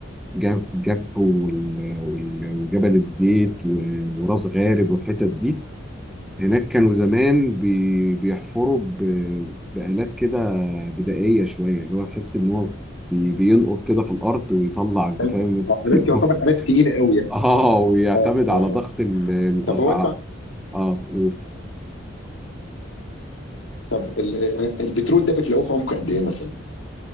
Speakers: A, in the centre; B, on the left (about 80°).
A: جاب جابو وال- وال- وجبل الزيت و- وراس غارب والحتت دي هناك كانوا زمان بي- بيحفروا ب- بآلات كده بدائية شوية اللي هو تحس إن هو بي- بينقر كده في الأرض ويطلع أنت
B: آلات
A: فاهم
B: آه،
A: <laughs>
B: آلات يعتبر آلات تقيله قوي يعني
A: آه ويعتمد
B: اه اه
A: على
B: اه
A: ضغط ال ال-
B: طب
A: آه
B: هو انت
A: آه، آه،
B: طب ال- ال- البترول ده بتلاقوه في عمق قد ايه مثلا؟